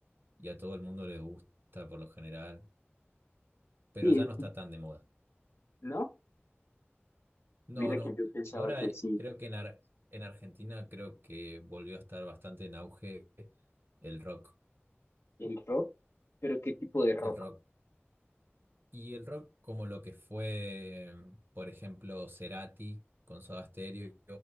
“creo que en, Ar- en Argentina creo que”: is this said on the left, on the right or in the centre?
Right